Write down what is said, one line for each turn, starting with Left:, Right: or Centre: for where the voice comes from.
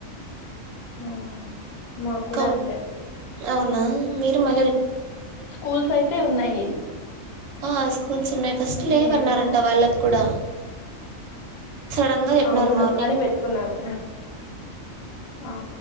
Left: ఆ మాకు కూడా
Right: కొ
Left: అంతే
Right: అవునా మీరు మళ్ళ
Left: స్కూల్స్ అయితే ఉన్నాయి
Right: ఆ స్కూల్స్ ఉన్నాయి ఫస్ట్ లేవన్నారంట
Left: మేము
Right: వాళ్ళకి కూడా సడన్ గా చెప్పినారు
Left: అవును
Right: మార్నింగ్
Left: కాని పెట్టుకున్నారు ఆ